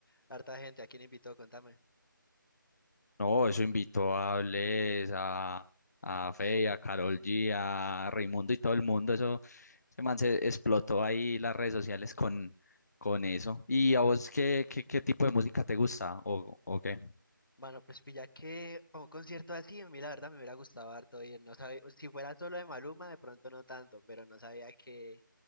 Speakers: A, on the left (about 80°); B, on the left (about 50°).
A: harta gente. ¿A quién invitó? Contame.
B: No, eso invitó a Bless, a, a Feid, a Karol G, a Raimundo y todo el mundo. Eso, ese man se explotó ahí las redes sociales con, con eso. ¿Y a vos qué, qué, qué tipo de música te gusta o, o qué?
A: bueno pues pilla que para un concierto así, a mí la verdad me hubiera gustado harto ir. No sabía, si fuera solo de Maluma, de pronto no tanto, pero no sabía que,